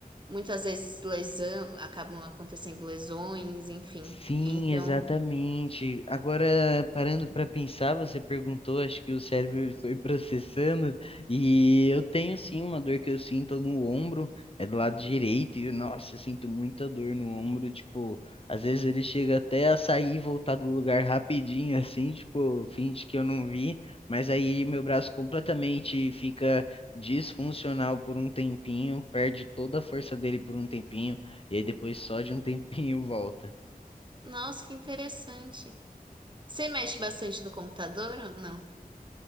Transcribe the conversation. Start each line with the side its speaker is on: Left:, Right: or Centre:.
Right: muitas vezes lesão, acabam acontecendo lesões, enfim.
Left: Sim,
Right: Então,
Left: exatamente. Agora, parando para pensar, você perguntou, acho que o cérebro ele foi <laughs> processando, e eu tenho sim uma dor que eu sinto no ombro, é do lado direito, e nossa, eu sinto muita dor no ombro, tipo, às vezes ele chega até a sair e voltar do lugar rapidinho, <laughs> assim, tipo, finge que eu não vi, mas aí meu braço completamente fica disfuncional por um tempinho, perde toda a força dele por um tempinho, e aí depois só de um <laughs> tempinho volta.
Right: nossa, que interessante. Você mexe bastante no computador ou não?